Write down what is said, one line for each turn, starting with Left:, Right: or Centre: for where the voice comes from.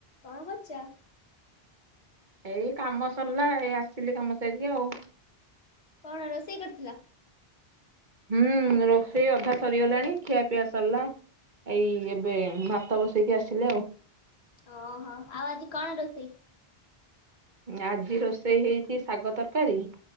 Left: କଣ କରୁଚ?
Right: ଏଇ କାମ ସରିଲା ଏଇ ଆସିଲି କାମ ସାରିକି ଆଉ।
Left: କଣ ରୋଷେଇ କରିଥିଲ?
Right: ହୁଁ ରୋଷେଇ ଅଧା ସରିଗଲାଣି ଖିଆ ପିଆ ସରିଲା। ଏଇ ଏବେ ଭାତ ବସେଇକି ଆସିଲେ ଆଉ।
Left: ଓହୋ ଆଉ ଆଜି କଣ ରୋଷେଇ?
Right: ଆଜି ରୋଷେଇ ହେଇଛି ଶାଗ ତରକାରୀ।